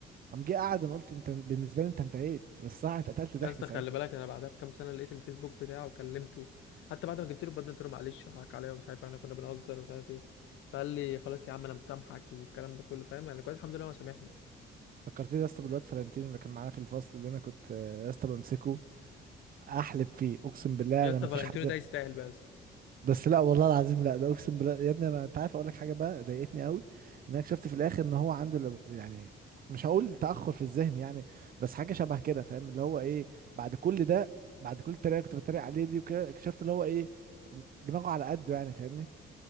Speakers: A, on the right; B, on the left.
A: قام جه قعد انا قلت انت بالنسبه لي انت انتهيت بس صح اتقتلت ضحك
B: بس
A: ساعتها
B: خلي بالك انا بعدها بكام سنه لقيت الفيسبوك بتاعه وكلمته حتى بعد ما جبت له بدل قلت له معلش حقك عليا ومش عارف احنا كنا بنهزر ومش عارف ايه فقال لي خلاص يا عم انا مسامحك والكلام ده كله فاهم يعني كويس الحمد لله هو سامحني
A: فكرتني يا اسطى بالواد فلانتينو اللي كان معانا في الفصل اللي انا كنت آه، يا اسطى بمسكه احلب فيه اقسم بالله
B: يا
A: انا
B: اسطى
A: ما
B: فالنتينو
A: فيش حد
B: ده يستاهل بقى يا اسطى
A: بس لا والله العظيم لا ده اقسم بالله يا ابني انا انت عارف اقول لك حاجه بقى ضايقتني قوي ان انا اكتشفت في الاخر ان هو عنده لب... يعني مش هقول تاخر في الذهن يعني بس حاجه شبه كده فاهم اللي هو ايه بعد كل ده بعد كل التريقه اللي كنت بتريق عليه دي وكده اكتشفت اللي هو ايه دماغه على قده يعني فاهمني